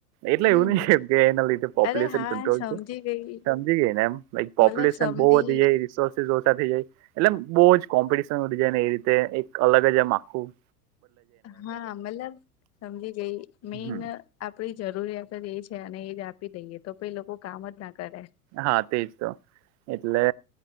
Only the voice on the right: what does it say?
એટલે
એવું નઈ કેમ કે એના લીધે પોપ્યુલેશન
કંટ્રોલ
છે.
સમજી ગયે ને એમ લ પોપ્યુલેશન
બહુ વધી જાય એ રિસોર્ તે ઓછા થઈ જાય એટલે બહુ જ કોમ્પિટશન વધી જાય ને એ રીતે એક અલગ જ એમ આખવું
હમ
હા તેજ તો એટલે